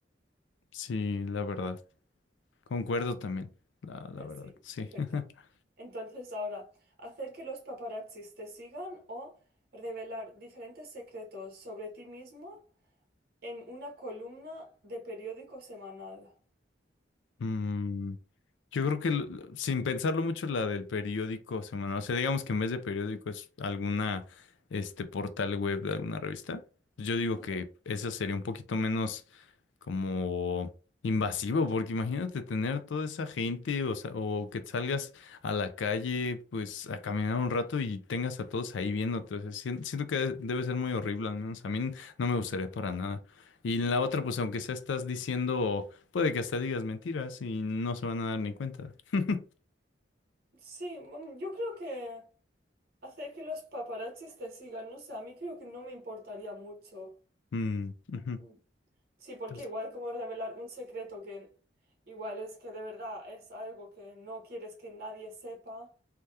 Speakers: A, on the left; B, on the right.
A: Sí, la verdad. Concuerdo también. La, la
B: Vale,
A: verdad,
B: <laughs> sí,
A: sí.
B: perfecto.
A: <laughs>
B: Entonces, ahora, hacer que los paparazzis te sigan o revelar diferentes secretos sobre ti mismo en una columna de periódico semanal.
A: Mm, yo creo que l- sin pensarlo mucho la del periódico semanal, o sea, digamos que en vez de periódico es alguna este portal web de alguna revista. Yo digo
B: Ujú.
A: que esa sería un poquito menos como invasivo, porque imagínate tener toda esa gente, o sea, o que salgas a la calle pues a caminar un rato y tengas a todos ahí viéndote. O sea, sien- siento que debe ser muy horrible, al menos a mí no me gustaría para nada. Y en
B: ¿No?
A: la otra, pues aunque sea estás diciendo Puede que hasta digas mentiras y no se van a dar ni cuenta. <laughs>
B: Sí, mm, yo creo que hacer que los paparazzis te sigan, no sé, a mí creo que no me importaría mucho.
A: Mm, ujú.
B: Mm. Sí, porque
A: Entonces,
B: igual como revelar un secreto que igual es que de verdad es algo que no quieres que nadie sepa